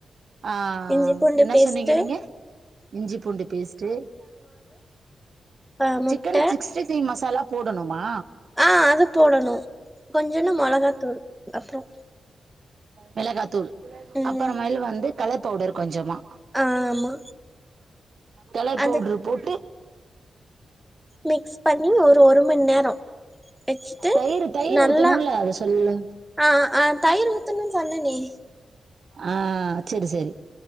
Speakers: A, on the right; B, in the centre.
A: அ
B: இஞ்சி பூண்டு
A: என்ன
B: பேஸ்ட்டு
A: சொன்னீங்க நீங்க இஞ்சி பூண்டு பேஸ்ட்டு
B: ஆ முட்ட
A: சிக்கன் சிக்ஸ்டி ஃபைவ் மசாலா போடணுமா
B: ஆ அது போடணு கொஞ்சுண்டு மொளகா தூள் அப்றோ
A: மிளகாத்தூள்
B: ம்
A: அப்புறமேல் வந்து கலர் பவுடர் கொஞ்சமா
B: ஆமா
A: கலர்
B: அது
A: பவுடரு போட்
B: மிக்ஸ் பண்ணி ஒரு ஒரு மண் நேரோ வச்சிட்டு
A: தயிரு தயிர்
B: நல்லா
A: ஊத்தணுல்ல அத சொல்லு
B: அ அ தயிர் ஊத்தணுன்னு சொன்னனே
A: அ சேரி சரி